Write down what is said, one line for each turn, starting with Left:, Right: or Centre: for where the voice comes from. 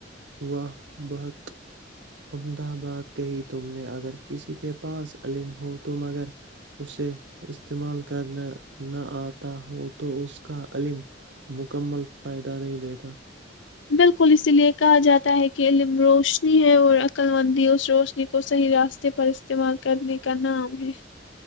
Right: واہ بہت امد آباد کہی تم نے اگر کسی کے پاس عم ہو تو مگر اسے استعمال کرنا نہ آتا ہو تو اس کا علم مکمل فائدہ نہیں دیتا
Left: بالکل اسی لئے کہا جاتا ہے کہ علم روشنی ہے اور عقللمندی اس روشنی کو صحیح راستے پر استعمال کرنے کا نام ہے